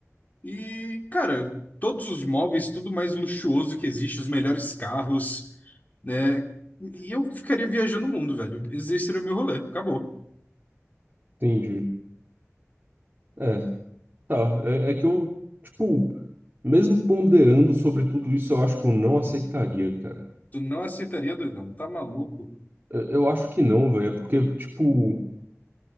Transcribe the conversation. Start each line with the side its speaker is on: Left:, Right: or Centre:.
Left: E, cara, todos os móveis, tudo mais luxuoso que existe, os melhores carros, né? E eu ficaria viajando o mundo, velho. Esse seria o meu rolê. Acabou.
Right: Entendi. É, tá. É, é que eu, tipo, mesmo ponderando sobre tudo isso, eu acho que eu não aceitaria, cara.
Left: Tu não aceitaria, doidão. Tá maluco?
Right: Eu eu acho que não, velho. É porque, tipo.